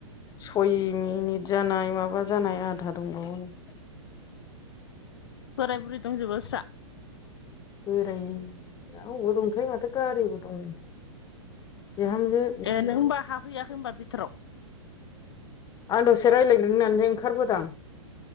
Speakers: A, on the left; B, on the left.
A: सय मिनिट जानाय माबा जानाय आधा दंबावो नै
B: बोराय बुरि दंजोबो बेस्रा
A: बोराय अबाव दंथायै माथो गारिबो दं बिहामजो बिखुनजो
B: ए नों होमबा हाफहैयाखै होनबा बिथोराव
A: आं दसे रायज्लायग्रोन होननानै ओंखारबोदां